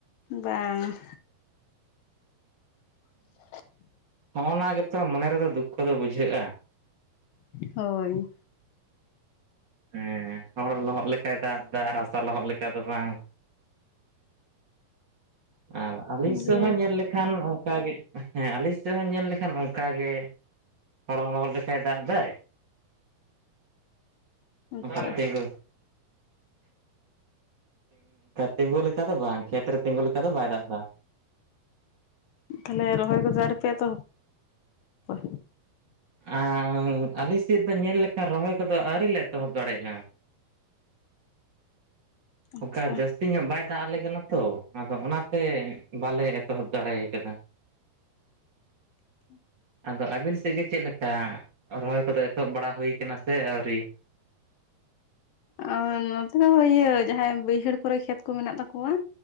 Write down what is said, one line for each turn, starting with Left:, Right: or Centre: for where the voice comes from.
Left: ᱵᱟᱝ <inaudible>
Right: ᱱᱚᱜ ᱱᱚᱣᱟ ᱜᱮ ᱛᱚ ᱢᱚᱱᱮ ᱨᱮᱫᱚ ᱫᱩᱠᱷᱚ ᱫᱚ ᱵᱩᱡᱷᱟᱹᱜᱼᱟ ᱾
Left: ᱦᱳᱭ
Right: ᱦᱮᱸ ᱦᱚᱲ ᱞᱚᱦᱚᱫ ᱞᱮᱠᱟᱭ ᱫᱟᱜ ᱫᱟᱜ ᱟᱨ ᱨᱟᱥᱟ ᱞᱚᱦᱚᱫ ᱞᱮᱠᱟ ᱫᱚ ᱵᱟᱝ᱾ ᱟᱨ ᱟᱹᱞᱤᱧ ᱥᱮᱫ
Left: ᱫᱤᱭᱮ
Right: ᱦᱚᱸ ᱧᱮᱞ ᱞᱮ ᱠᱷᱟᱱ ᱚᱱᱠᱜᱮ ᱦᱮᱸ ᱟᱞᱤᱧ ᱥᱮᱫ ᱦᱚᱸ ᱧᱮᱞ ᱞᱮᱠᱷᱟᱱ ᱚᱱᱠᱟ ᱜᱮ ᱦᱚᱲ ᱞᱚᱦᱚᱫ ᱞᱮᱠᱟᱭ ᱫᱟᱜ ᱫᱟᱭ
Left: ᱟᱪᱪᱷᱟ
Right: ᱚᱛ ᱜᱳᱸ <inaudible> ᱛᱤᱸᱜᱩ ᱞᱮᱠᱟ ᱫᱚ ᱵᱟᱝ ᱠᱷᱮᱛ ᱨᱮ ᱛᱤᱸᱜᱩ ᱞᱮᱠᱟ ᱫᱚ ᱵᱟᱭ ᱫᱟᱜ ᱮᱫᱟ
Left: ᱛᱟᱦᱞᱮ ᱨᱚᱦᱚᱭ ᱠᱚᱫᱚ ᱟᱣᱨᱤ ᱯᱮ ᱮᱛᱚᱦᱚᱵ ᱠᱚᱣᱟ?
Right: ᱟᱨ ᱟᱞᱮ ᱥᱮᱫ‌ ᱫᱚ ᱧᱮᱞ ᱞᱮᱠᱷᱟᱱ ᱨᱚᱦᱚᱭ ᱠᱚᱫᱚ ᱟᱹᱣᱨᱤ ᱞᱮ ᱮᱛᱚᱦᱚᱵ ᱫᱟᱲᱮᱭᱟᱜᱼᱟ
Left: ᱟᱪᱪᱷᱟ
Right: ᱚᱱᱠᱟ ᱡᱟᱹᱥᱛᱤ ᱧᱚᱜ ᱵᱟᱭ ᱫᱟᱜ ᱞᱮ ᱠᱟᱱᱟ ᱛᱚ ᱚᱱᱟ ᱛᱮ ᱵᱟᱞᱮ ᱮᱛᱚᱦᱚᱵ ᱫᱟᱲᱮ ᱠᱟᱫᱟ
Left: ᱦᱩ <inaudible>
Right: ᱟᱫᱚ ᱟᱹᱵᱤᱱ ᱥᱮᱫ ᱜᱮ ᱪᱮᱫ ᱞᱮᱠᱟ ᱨᱚᱦᱚᱭ ᱠᱚᱫᱚ ᱮᱛᱚᱦᱚᱵ ᱵᱟᱲᱟ ᱦᱩᱭ ᱠᱟᱱᱟ ᱥᱮ ᱟᱹᱣᱨᱤ?
Left: ᱚᱸ ᱱᱚᱛᱮ ᱤᱭᱟᱹ ᱡᱟᱦᱟᱸᱭ ᱵᱟᱹᱭᱦᱟᱹᱲ ᱠᱚᱨᱮ ᱠᱷᱮᱛ ᱠᱚ ᱢᱮᱱᱟᱜ ᱛᱟᱠᱚᱣᱟ